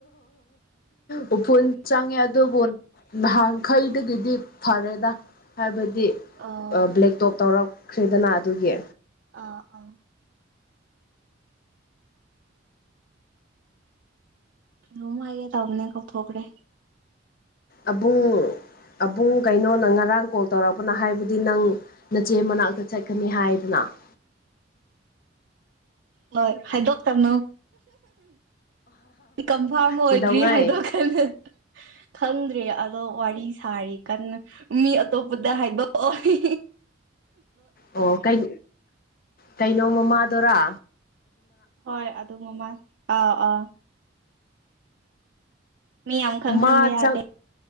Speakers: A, on the left; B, on the right.
A: ꯑꯣ ꯄꯨꯣꯟ ꯆꯉꯦ ꯑꯗꯨꯣ ꯐ ꯅꯍꯥꯟꯈꯩꯗꯒꯤꯗꯤ ꯐꯔꯦꯗ ꯍꯥꯏꯕꯗꯤ
B: ꯑꯥ
A: ꯕ꯭ꯂꯦ ꯇꯣꯞ ꯇꯧꯔꯛ ꯈ꯭ꯔꯦꯗꯅ ꯑꯗꯨꯒꯤ
B: ꯑꯥ ꯑꯥ ꯔꯃ ꯑꯏꯦ ꯇꯅꯦ ꯀ ꯊ ꯊꯣꯛꯧꯀꯔꯦ
A: ꯑꯕꯨꯡꯉꯨ ꯑꯕꯨꯡ ꯀꯩꯅꯣ ꯅ ꯉꯔꯥꯡ ꯀꯣꯜ ꯇꯧꯔꯛꯄꯅ ꯍꯥꯏꯕꯗꯤ ꯅꯪ ꯅꯆꯦ ꯃꯅꯥꯛꯇ ꯆꯠꯀꯅꯤ ꯍꯥꯏꯗꯅ <unintelligible>
B: ꯍꯣꯏ ꯍꯥꯏꯗꯣꯛ ꯇꯅꯣ ꯀꯝꯐꯥꯔꯝ ꯑꯣꯏꯗ꯭ꯔꯤ
A: ꯀꯩꯗꯧꯉꯩ
B: ꯍꯥꯏꯗꯣ ꯈꯜꯂ ꯈꯪꯗ꯭ꯔꯤ ꯑꯗꯣ ꯋꯥꯔꯤꯁ ꯁꯥꯔꯤ ꯀꯟꯅ ꯃꯤ ꯑꯇꯣꯞꯄꯗ ꯍꯥꯏꯗꯣꯑꯣꯏ
A: ꯑꯣ ꯀꯩ ꯀꯩꯅꯣ ꯃꯃꯥꯗꯣꯔ
B: ꯍꯣꯏ ꯑꯗꯨ ꯃꯃꯥ ꯑꯥ ꯑꯥ ꯃꯤ ꯌꯥꯝ ꯈꯪꯍꯟꯕ
A: ꯃꯥ
B: ꯌꯥꯗꯦ
A: ꯆꯪ